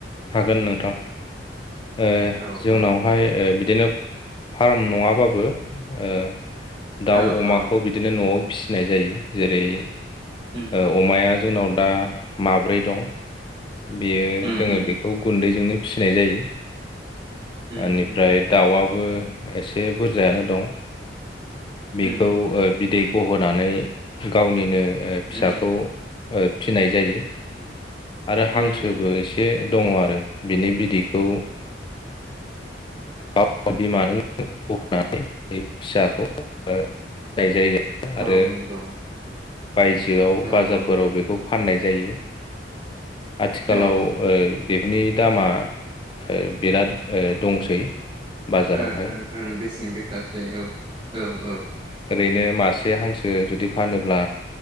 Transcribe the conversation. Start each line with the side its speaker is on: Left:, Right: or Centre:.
Left: हागोन नोंथां। ओ
Right: औ
Left: जोंनावहाय
Right: औ
Left: ओ‌ बिदिनो फार्म नङाबाबो ओ दाउ
Right: औ
Left: अमाखौ
Right: औ
Left: बिदिनो नआव फिसि फिनाय जायो जेरै
Right: उम
Left: ओव‌अमाया जोंनाव दा माब्रै दं। बेयो
Right: उम
Left: जोङो
Right: उम
Left: बेखौ गुन्दैजोंनो फिसिनाय जायो ‌
Right: उम
Left: ओनिफ्राय
Right: उम
Left: दाउआबो एसे बुरजायानो दं। बेखौ
Right: उम
Left: ओ बिदै बहोनानै गावनिनो ओ फिसाखौ
Right: उम
Left: ओ फिनाय जायो। आरो हांसोबो
Right: उम
Left: एसे दङ आरो बिनि बिदैखौ ओ बिमा नो <unintelligible> फिसाखौ ओ <unintelligible> जायो। आरो
Right: औ नंगौ
Left: बायजोआव
Right: औ
Left: बाजारफोराव
Right: औ
Left: बेखौ फाननाय जायो आथिखालाव
Right: औ
Left: ओ बेबनि दामा <unintelligible> है बिराद ओ दंसै बाजारावहाय
Right: ओ ओ ओं बेसेन गोसासै औ औ औ
Left: ओरैनो मासे हांसो जुदि फानोब्ला